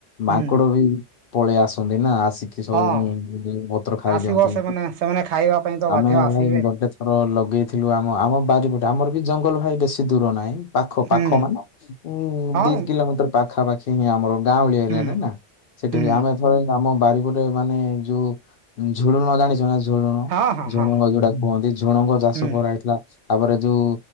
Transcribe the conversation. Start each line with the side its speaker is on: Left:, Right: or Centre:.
Right: ହୁଁ
Left: ମାଙ୍କଡ ବି ପଳେଇ ଆସନ୍ତି ନା ଆସିକି ସବୁ
Right: ହଁ
Left: ପତ୍ର ଖାଇଦିଅନ୍ତି
Right: ଆସିବ ସେମାନେ ସେମାନେ ଖାଇବା ପାଇଁ ତ
Left: ଆମେ
Right: ବାଧ୍ୟ ଆସିବେ
Left: ଭାଇ ତ୍ର ଲଗେଇଥିଲୁ ଆମ ଆମ ବାରିପଟେ ଆମର ବି ଜଙ୍ଗଲ ଭାଇ ବେଶୀ ଦୂର ନାହିଁ। ପାଖ
Right: ହୁଁ
Left: ପାଖ ମାନ ଉ
Right: ହଁ
Left: ଦି କିଲୋମିଟର ପାଖାପାଖି ହିଁ ଆମର ଗାଁଉଳି ଏରିଆଟା
Right: ହୁଁ
Left: ନା ସେଠି
Right: ହୁଁ
Left: ଆମେ ଆମ ବାରିପଟେ ମାନେ ଯୋଉ ଝୁଡୁଣ ଜାଣିଛ ନା ଝୁଳଣ
Right: ହଁ ହଁ
Left: ଝୁଣଙ୍ଗ
Right: ହଁ
Left: ଯୋଉଟା କୁହନ୍ତି ଝୁଣଙ୍ଗ ଚାଷ
Right: ହୁଁ
Left: କରାହେଇଥିଲା। ତାପରେ ଯୋଉ